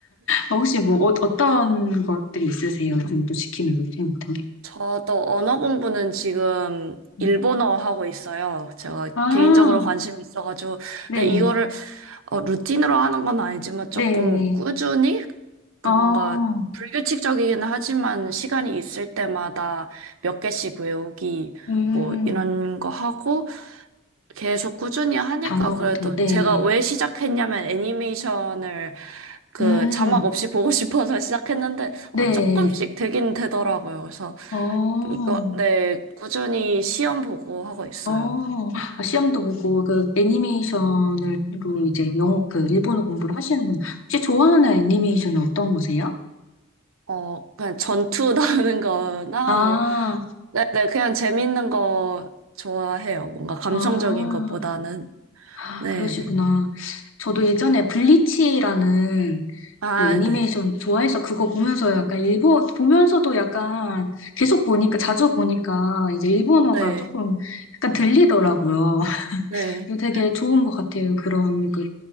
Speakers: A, on the left; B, on the right.
A: 어, 혹시 뭐 어, 떤 것들이 있으세요? 요즘 또 시키는 루틴 같은 게?
B: 저도 언어 공부는 지금
A: 음.
B: 일본어 하고 있어요. 제가
A: 아,
B: 개인적으로 관심이 있어가지고.
A: 네,
B: 근데 이거를 어, 루틴으로 하는 건 아니지만
A: 네.
B: 조금 꾸준히? 그
A: 아
B: 뭔가 불규칙적이긴 하지만 시간이 있을 때마다 몇 개씩 외우기
A: 음,
B: 뭐 이런 거 하고 계속 꾸준히 하니까
A: 단어
B: 그래도
A: 같은 거, 네.
B: 제가 왜 시작했냐면 애니메이션을 그
A: 음,
B: 자막 없이 보고 <laughs> 싶어서 시작했는데
A: 네.
B: 어, 조금씩 되긴 되더라고요. 그래서
A: 어,
B: 이거 네 꾸준히 시험 보고 하고 있어요.
A: 어, 아, 시험도 보고, 그, 애니메이션으로 이제 영어, 그, 일본어 공부를 하시는구나. 혹시 좋아하는 애니메이션은 어떤 거세요?
B: 어 그냥 전투 <laughs> 나오는 거나
A: 아,
B: 뭐 네네 그냥 재밌는 거 좋아해요. 뭔가 감성적인
A: 아,
B: 것보다는
A: 아,
B: 네네
A: 그러시구나. 저도 예전에 블리치라는
B: 아
A: 그 애니메이션
B: 네네
A: 좋아해서 그거 보면서 약간 일본, 보면서도 약간 계속 보니까, 자주 보니까 이제 일본어가
B: 네
A: 조금 약간 들리더라고요. <laughs>
B: 네.
A: 그래서
B: 네.
A: 되게 좋은 것 같아요. 그런 그,